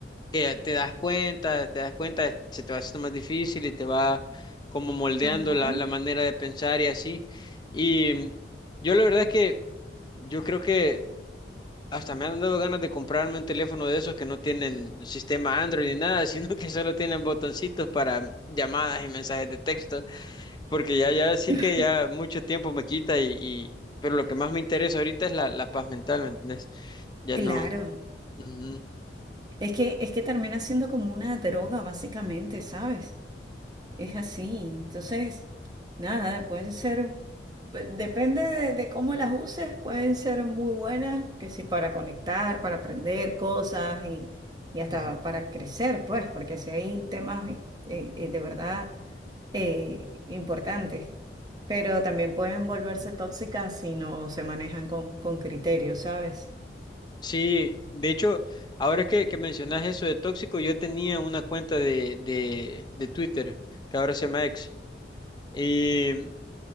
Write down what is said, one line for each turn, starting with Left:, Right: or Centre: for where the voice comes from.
Left: que te das cuenta, te das cuenta, se te va haciendo más difícil y te va como moldeando
Right: ajá.
Left: la, la manera de pensar y así. Y yo la verdad es que yo creo que hasta me han dado ganas de comprarme un teléfono de esos que no tienen sistema Android ni nada, <laughs> sino que solo tienen botoncitos para llamadas y mensajes de texto, porque ya, ya sí
Right: <laughs>
Left: que ya mucho tiempo me quita y, y- pero lo que más me interesa ahorita es la, la paz mental, ¿me entendés? Ya
Right: Claro,
Left: no. ujú,
Right: es que, es que termina siendo como una droga, básicamente, ¿sabes? Es así. Entonces, nada, pueden ser, eh, depende de, de cómo las uses, pueden ser muy buenas, que si para conectar, para aprender cosas y, y hasta
Left: ujú.
Right: para crecer, pues, porque si hay temas eh, eh, de verdad eh, importantes, pero también pueden volverse tóxicas si no se manejan con, con criterio, ¿sabes?
Left: Sí, de hecho, ahora que, que mencionas eso de tóxico, yo tenía una cuenta de, de, de Twitter, que ahora se llama X, y